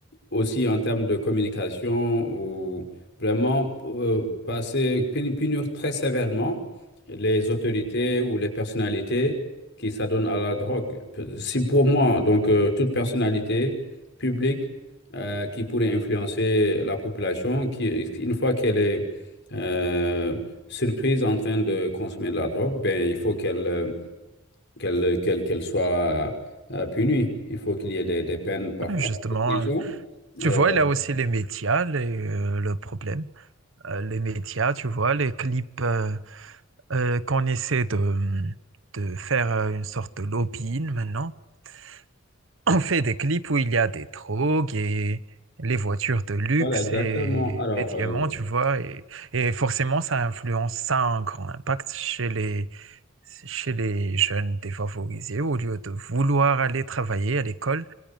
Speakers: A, on the left; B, on the right.
A: aussi en termes de communication ou vraiment euh, passer puni- punir très sévèrement les autorités ou les personnalités qui s'adonnent à la drogue. Si pour moi donc euh, toute personnalité publique euh, qui pourrait influencer la population qui une fois qu'elle est euh, surprise en train de consommer de la drogue, ben il faut qu'elle euh, qu'elle qu'elle qu'elle soit euh, punie. Il faut qu'il y ait des, des peines parfois
B: hein, justement.
A: de prison.
B: hein. Tu
A: Euh,
B: vois, là aussi, les médias, les, euh, le problème. Euh, les médias, tu vois, les clips euh, euh, qu'on essaie de, de faire euh, une sorte de lobbying maintenant. <clears throat> On fait des clips où il y a des drogues et les voitures de luxe
A: voilà, exactement.
B: et
A: Alors,
B: les diamants,
A: euh,
B: tu vois. Et, et forcément, ça influence, ça a un grand impact chez les, chez les jeunes défavorisés. Au lieu de vouloir aller travailler à l'école,